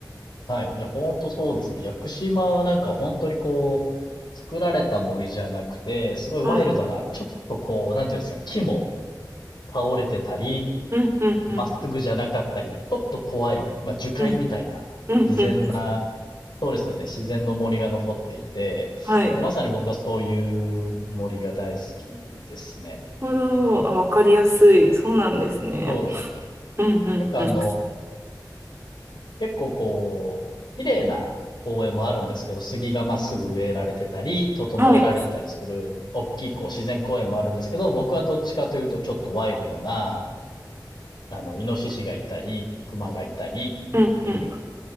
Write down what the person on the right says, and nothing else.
はい。
うんうんうん
うんうんうんうん。
はい。
なるほど。あ、わかりやすい。そうなんですね。
うんうんうん。
はい。
うんうん